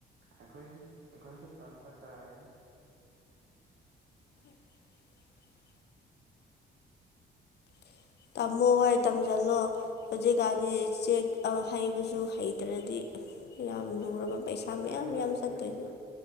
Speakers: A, on the right; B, on the left.
A: ꯑꯩꯈꯣꯏꯁꯨ ꯑꯩꯈꯣꯏꯁꯨ ꯇꯝꯕ ꯇꯥꯔꯦ
B: <inaudible> <inaudible> ꯇꯝꯃꯣ ꯍꯣꯏ ꯇꯝꯁꯤꯜꯂꯣ ꯍꯧꯖꯤꯛꯀꯥꯟꯗꯤ ꯆꯦꯛ ꯑ ꯍꯩꯕꯁꯨ ꯍꯩꯇ꯭ꯔꯗꯤ
A: ꯎꯝ
B: ꯌꯥꯝ
A: ꯎꯝ
B: ꯂꯨꯔꯕ ꯄꯩꯁꯥ
A: ꯐꯒꯤꯕꯒꯤ
B: ꯃꯌꯥꯝ ꯌꯥꯝ ꯆꯠꯇꯣꯏꯅꯦ